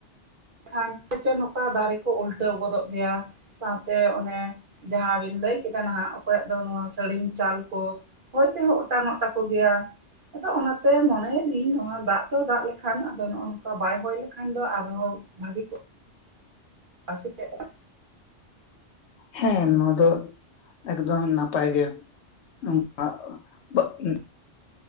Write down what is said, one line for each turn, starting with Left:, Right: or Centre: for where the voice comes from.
Right: ᱠᱷᱟᱱ ᱯᱟᱪᱚ ᱱᱚᱝᱠᱟ ᱫᱟᱨᱮ ᱠᱚ ᱩᱞᱴᱟᱹᱣ ᱜᱚᱫᱚᱜ ᱜᱮᱭᱟ ᱥᱟᱶᱛᱮ ᱚᱱᱮ ᱡᱟᱦᱟᱸ ᱵᱤᱱ ᱞᱟᱹᱭ ᱠᱮᱫᱟ ᱱᱟᱦᱟᱜ ᱚᱠᱚᱭᱟᱜ ᱫᱚ ᱱᱚᱣᱟ ᱥᱟᱹᱲᱤᱢ ᱪᱟᱞ ᱠᱚ ᱦᱚᱭ ᱛᱮᱦᱚᱸ ᱚᱴᱟᱝᱚᱜ ᱛᱟᱠᱚ ᱜᱮᱭᱟ ᱟᱫᱚ ᱚᱱᱟᱛᱮ ᱢᱚᱱᱮᱭᱮ ᱫᱤᱧ ᱱᱚᱣᱟ ᱫᱟᱜ ᱫᱚ ᱫᱟᱜ ᱞᱮᱠᱷᱟᱱ ᱟᱫᱚ ᱱᱚᱜ-ᱚ ᱱᱚᱝᱠᱟ ᱵᱟᱭ ᱦᱚᱭ ᱞᱮᱠᱷᱟᱱ ᱫᱚ ᱟᱨᱦᱚᱸ ᱵᱷᱟᱹᱜᱮ ᱠᱚᱜ- ᱟ ᱥᱮ ᱪᱮᱫᱠᱟ
Left: ᱦᱮᱸ ᱱᱚᱣᱟ ᱫᱚ ᱮᱠᱫᱚᱢ ᱱᱟᱯᱟᱭ ᱜᱮ <unintelligible>